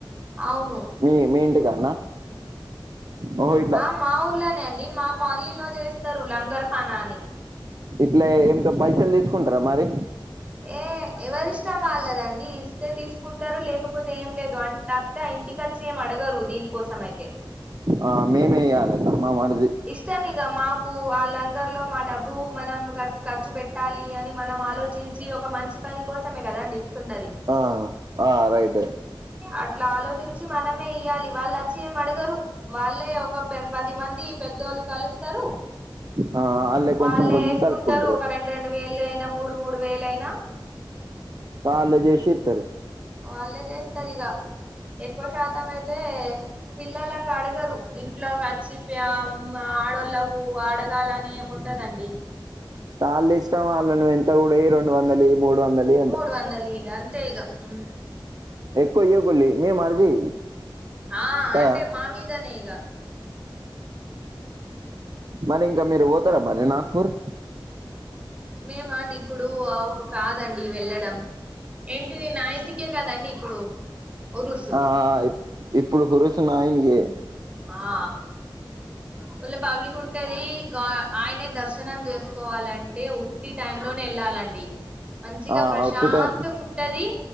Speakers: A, on the right (about 15°); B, on the right (about 50°).
A: అవును
B: మీ మీ ఇంటికాడన్నా ఓ ఇ
A: ఆ మా ఊర్లోనే అండి మా కాలనీలో చేస్తారు లంగర్ఖానా అని
B: ఇట్లే ఏంతో పైసలు తీసుకుంటార మరి
A: ఏ ఎవరిష్టం వాళ్ళదండి ఇస్తే తీసుకుంటారు లేకపోతే ఏం లేదు అంట దన్ సా ఇంటికచ్చి ఏం అడగరు దీనికోసం అయితే
B: ఆ మే మే ఇయ్యాలి మా మరిది
A: ఇష్టం ఇగ మాకు ఆ లంగర్ లో మా డబ్బు మనం ఖర్చు పెట్టాలి అని మనం ఆలోచించ్ చి ఒక మంచి పని కోసమే కదండి ఇస్తున్నది
B: ఆ ఆ రైటే
A: అట్లా ఆలోచించి మనమే ఇయ్యాలి వాళ్ళచ్చి ఏం అడగరు వాళ్ళే ఒక పది మంది పెద్దోళ్ళు కలుస్తారు
B: ఆ ఆళ్ళే
A: వాళ్ళే
B: కొంచెం కొంచెం
A: వేసుకుంటారు
B: కలుపుకుంటారు
A: ఒక రెండు రెండు వేలయినా మూడు మూడు వేలయినా
B: వాళ్ళే జేసి యితరు
A: వాళ్ళే చేస్తారు ఇక ఎక్కువ శాతం అయితే పిల్లలకు అడగరు ఇంట్లోకి వచ్చి మ్మా ఆడోళ్ళలకు అడగాలని ఉండదండి
B: తాళ్లు వేసినా వాళ్ళను ఎంత కూడా ఈ రెండు వందలు ఇయ్యి మూడు వందలు ఈయ్
A: మూడు వందలు ఇయి అంతే ఇగ ఉ
B: ఎక్కువ ఇయ్యకుళి మీ మరిది
A: ఆ
B: కదా
A: అంటే మా మీదనే ఇగ
B: మరి ఇంకా మీరు పోతారా మరి నాగ్పూర్
A: మేమండి ఇప్పుడు ఔ కాదండి వెళ్ళడం ఏంటిది నా ఇంటికే కదండి ఇప్పుడు ఉరుసు
B: ఆ ఇప్పుడు కురుస్తున్నది ఏ
A: ఆ ఫుల్లు పబ్లిక్ ఉంటది గా ఆయనే దర్శనం చేసుకోవాలంటే ఈ టైంలోనే వెళ్ళాలండి మంచిగా
B: ఆ
A: ప్రశాంతంగా
B: ఒట్టి టైం
A: ఉంటది